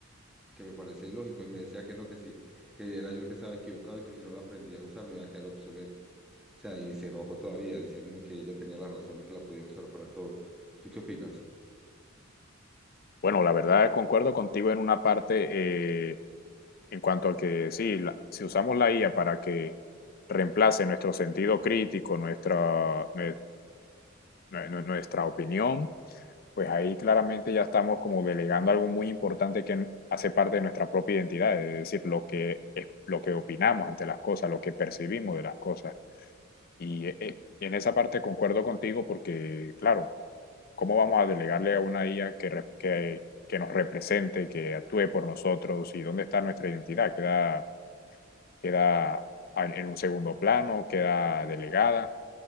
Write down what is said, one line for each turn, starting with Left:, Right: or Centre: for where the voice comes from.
Centre: que me parece ilógico, y me decía que no, que sí, que era yo el que estaba equivocado y que si no la aprendía a usar me iba a quedar obsoleto. O sea, y se enojó todavía diciéndome que ella tenía la razón y que la podía usar para todo. ¿Tú qué opinas?
Left: Bueno, la verdad concuerdo contigo en una parte eh, en cuanto a que sí, la- si usamos la IA para que reemplace nuestro sentido crítico, nuestra, nue- nue- nuestra opinión, pues ahí claramente ya estamos como delegando algo muy importante que hace parte de nuestra propia identidad, es decir, lo que, es- lo que opinamos ante las cosas, lo que percibimos de las cosas. Y eh, eh, en esa parte concuerdo contigo porque, claro, ¿Cómo vamos a delegarle a una IA que, re- que, que nos represente, que actúe por nosotros? ¿Y dónde está nuestra identidad? ¿Queda, queda en en un segundo plano? ¿Queda delegada?